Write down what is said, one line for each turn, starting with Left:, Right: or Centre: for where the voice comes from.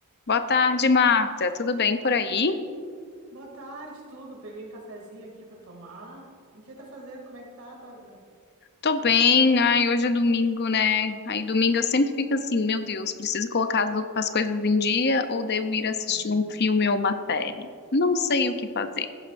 Left: Boa tarde, Marta. Tudo bem por aí?
Right: Boa tarde, tudo. Peguei um cafezinho aqui para tomar. O que tá fazendo? Como é que tá, Bárbara?
Left: Tô bem. Ai, hoje é domingo, né? Aí domingo eu sempre fico assim, meu Deus, preciso colocar as, do- as coisas em dia ou devo ir assistir
Right: Uhum.
Left: um filme ou uma série? Não sei o que fazer.